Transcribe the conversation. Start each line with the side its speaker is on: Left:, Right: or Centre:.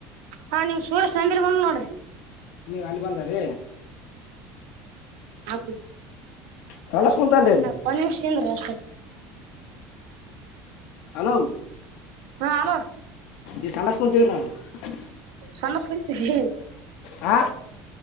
Right: ಹಾ- ನಿಮ್ ಸೂರೇಶ್ ನಂಬಿರ್ ಬಂದ ನೋಡ್ರಿ
Left: ನೀವ್ ಅಲ್ಲಿ ಬಂದಾರೀ
Right: ಹಾ
Left: ಸಣಸ್ ಕುಂತನ್ರಿ ಇಲ್ಲಿ
Right: -ಒಂದು ನಿಮಿಷ ನಿದ್ರಿ.
Left: ಹಲೋ
Right: ಹಾ ಹಲೋ
Left: ಈ ಸಣಸ್ಕಂತವ್ರಾ <unintelligible>
Right: ಸಮಸ್ಕಂತ ರಿ
Left: ಹಾ